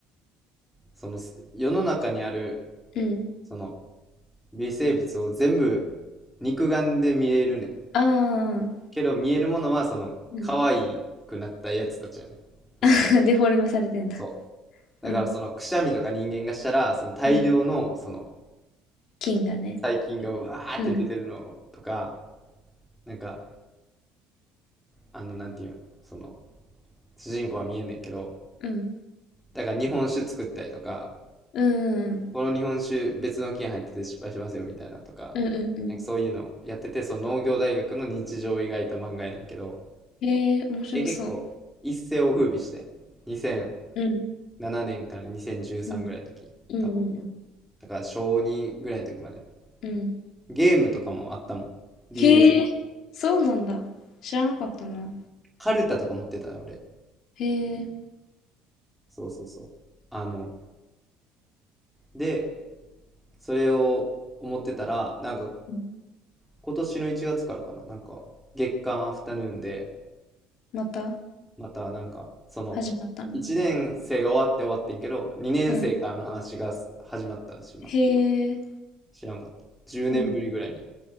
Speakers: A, in the centre; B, on the left.
A: その、世の中にある、
B: うん。
A: その、微生物を全部、肉眼で見れるねん。
B: ああ。
A: けど見えるものはその可愛くなったやつたちやね。
B: うん。
A: その
B: <laughs> デフォルメされてんだ。
A: そう。
B: うん。
A: だからそのくしゃみとか人間がしたら、その大量のその
B: うん。菌がね。
A: 細菌がうわーって出てるのとか、
B: うん。
A: なんか、あの、なんていうん、その、主人公は見えんねんけど、
B: うん。
A: だから日本酒作ったりとか、
B: うんうんうん。
A: この日本酒別の菌入ってて失敗しますよみたいなとか、
B: うんうんうん。
A: なんかそういうのやってて、その農業大学の日常を描いた漫画やねんけど、
B: へえ、面白そう。
A: え、結構一世を風靡して、2000
B: うん。
A: 7年から2013ぐらいの時、
B: うん。うんうん
A: 多分。だから小2ぐらいの時まで。
B: うん。うん。
A: ゲームとかもあったもん。DS
B: へえ、
A: の。
B: そうなんだ。知らなかったな。
A: カルタとか持ってたの、俺。
B: へえ。
A: そうそうそう。あの、で、それを思ってたら、なんか
B: うん
A: 今年の1月からかな、なんか月間アフタヌーンで、
B: また
A: またなんか、その、
B: 始まったの。
A: 1年生が終わって終わってんけど、2年生からの話が始まったらしい、
B: うん。
A: また。
B: へえ。
A: 知らんかった。10年ぶりぐらいに。
B: うん。